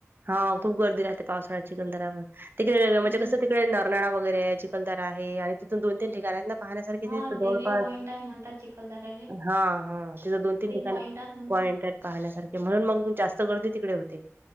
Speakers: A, on the right; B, on the right.
A: हा खूप गर्दी राहते पावसाळ्याची गलदरावर तिकडे म्हणजे
B: हम्म
A: कसं तिकडे नाळा वगैरे आहे चिखलदरा आहे आणि तिथून दोन तीन ठाांना पाहण्यासारख
B: हा
A: त जवळपास
B: देवी पॉईंट आहे म्हणतात चिखलदऱ्याले
A: हा हा तिथ दोन तीन ठिकाण
B: पॉईंट आहेत म्हणतात
A: पॉइंट आहे पाहण्यासारखे म्हणून मग जास्त गर्दी तिकडे होते